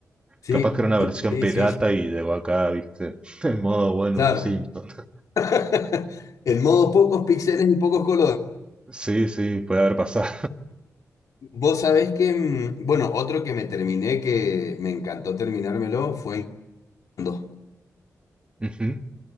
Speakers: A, on the left; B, on the right.
A: Sí,
B: capaz que era una
A: sí,
B: versión
A: sí,
B: pirata
A: sí, sí,
B: y llegó acá, viste, <laughs> en modo bueno,
A: claro.
B: los Simpsons. <laughs>
A: <laughs> El modo pocos píxeles y pocos colores.
B: Sí, sí, puede haber pasado.
A: Vos sabés que, mm, bueno, otro que me terminé, que me encantó terminármelo, fue... Inndo.
B: <laughs> Ujú.